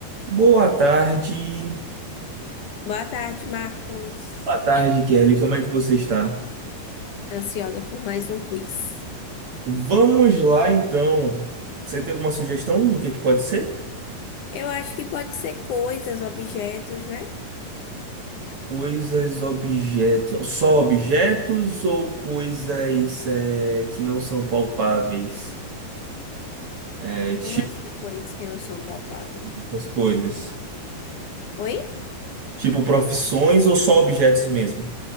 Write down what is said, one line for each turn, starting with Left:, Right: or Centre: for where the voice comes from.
Right: Boa tarde.
Left: Boa tarde, Marcos.
Right: Boa tarde, Kelly. Como é que você está?
Left: Ansiosa por mais um quiz.
Right: Vamos lá, então. Você tem alguma sugestão do que que pode ser?
Left: Eu acho que pode ser coisas, objetos, né?
Right: Coisas, objetos. Só objetos ou coisas é, que não são palpáveis? É, tipo,
Left: Como assim, coisas que não são palpáveis?
Right: essas coisas.
Left: Oi?
Right: Tipo, profissões ou só objetos mesmo?